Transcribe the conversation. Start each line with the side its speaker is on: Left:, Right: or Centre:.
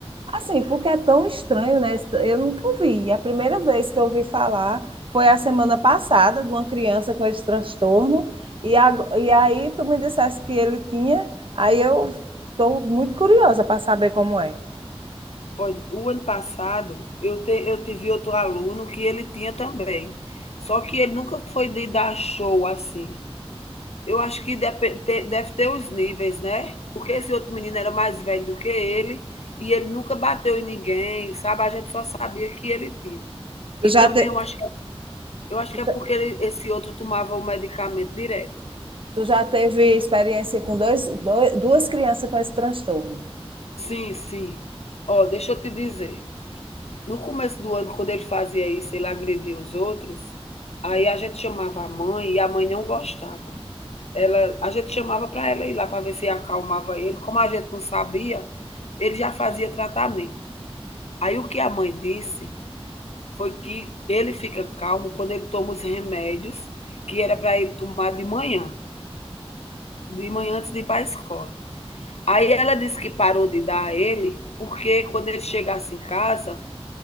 Right: Assim, porque é tão estranho, né? Eu nunca ouvi. A primeira vez que eu ouvi falar foi a semana passada de uma criança com esse transtorno. E, ago- e aí tu me dissesse que ele tinha, aí eu estou muito curiosa para saber como é.
Left: Olha, o ano passado eu te eu tive outro aluno que ele tinha também, só que ele nunca foi de dar show, assim. Eu acho que depe te deve ter os níveis, né, porque esse outro menino era mais velho do que ele, e ele nunca bateu em ninguém, sabe, a gente só sabia que ele tinha.
Right: Tu
Left: E
Right: já
Left: também
Right: te...
Left: eu acho que eu acho
Right: Tu
Left: que é porque
Right: já,
Left: ele esse outro tomava o medicamento direto.
Right: tu já teve experiência com dois, dois, duas crianças com esse transtorno?
Left: Sim, sim. Ó, deixa eu te dizer No começo do ano, quando ele fazia isso, ele agredia os outros, aí a gente chamava a mãe e a mãe não gostava. Ela, a gente chamava para ela ir lá para ver se acalmava ele. Como a gente não sabia, ele já fazia tratamento. Aí o que a mãe disse foi que ele fica calmo quando ele toma os remédios que era para ele tomar de manhã, de manhã antes de ir para a escola. Aí ela disse que parou de dar a ele, porque quando ele chegasse em casa,